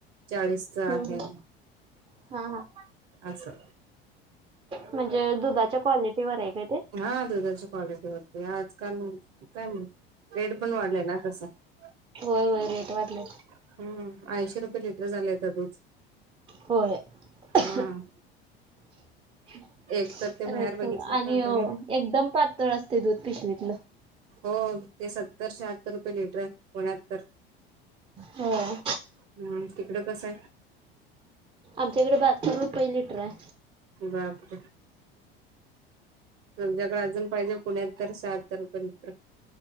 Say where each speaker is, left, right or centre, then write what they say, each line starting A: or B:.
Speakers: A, on the right; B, on the right.
A: चाळीस
B: हम्म
A: च आहे,
B: हम्म हा हा.
A: असं
B: म्हणजे दुधाच्या क्वालिटीवर आहे काय ते?
A: हा दुधाची क्वालिटी वरती आज <unintelligible> रेट पण वाढलंय ना तसा.
B: होय होय
A: हम्म-हम्
B: रेट वाढले.
A: ऐंशी रुपये लिटर झालेयं आता दूध.
B: होय,
A: हा
B: रेट
A: एक तर ते बाहेर बघितलेत
B: पण आणि
A: ना
B: अं
A: तुम्ही
B: एकदम पातळं असते दूध पिशवीतलं.
A: हो ते सत्तर शहात्तर रुपये लिटर पुण्यात तर,
B: होय
A: हा तिकडं कस आहे?
B: आमच्याकडे बाहत्तर रुपये लिटर आहे.
A: बापरे, तुमच्याकडे अजून पाहिजे, पुण्यात तर शहात्तर रुपये लिटर